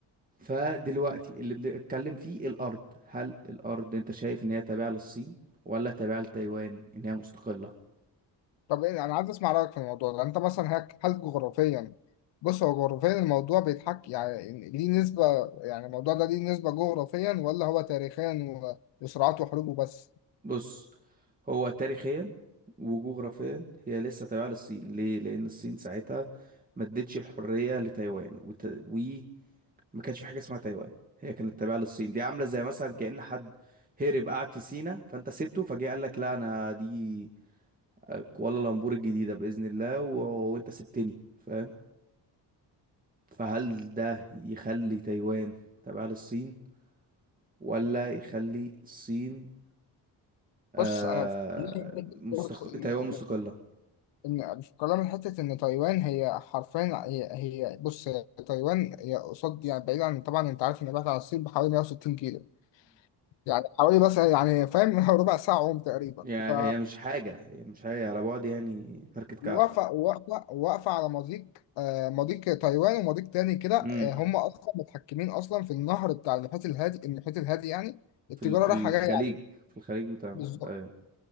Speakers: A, on the right; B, on the left.
A: فدلوقتي اللي بنتكلم فيه الارض هل الارض انت شايف ان هي تابعة للصين ولا تابعة لتايوان ان هي مستقلة
B: طب إيه- انا عايز اسمع رايك في الموضوع ده انت مثلا هك- هل جغرافيا بص هو جغرافيا الموضوع بيتحكي يعني ليه نسبه يعني الموضوع ده ليه نسبه جغرافيا ولا هو تاريخيا و- وصراعات وحروب وبس
A: بص هو تاريخيا وجغرافيا هي لسه تابعة للصين ليه؟ لأن الصين ساعتها ما ادتش الحرية لتايوان وت... وما كانش في حاجة اسمها تايوان هي كانت تابعة للصين دي عاملة زي مثلا كأن حد هرب قعد في سينا فأنت سبته فجه قال لك لا أنا دي كوالالمبور الجديدة بإذن الله و... وأنت سبتني فاهم؟ فهل ده يخلي تايوان تابعة للصين ولا يخلي الصين آه
B: بص انا في
A: مستق...
B: برضه ان
A: تايوان مستقلة؟
B: ان إن في كلام حته ان تايوان هي حرفيا هي هي بص هي تايوان هي قصاد يعني بعيد عن طبعا انت عارف ان بعيد عن الصين بحوالي 160 كيلو يعني حوالي بس يعني فاهم <laughs> ربع ساعه عوم تقريبا
A: يعني
B: ف
A: هي مش حاجة هي مش حاجة على بعد يعني فركة
B: واقفة
A: كعب
B: واقفة واقفة على مضيق آه، مضيق تايوان ومضيق تاني كده آه،
A: امم
B: هم أصلا متحكمين أصلا في النهر بتاع المحيط الهادي المحيط الهادي يعني التجارة
A: في ال... في
B: رايحة
A: الخليج
B: جاية عليه
A: في الخليج بتاع
B: بالظبط
A: ايوه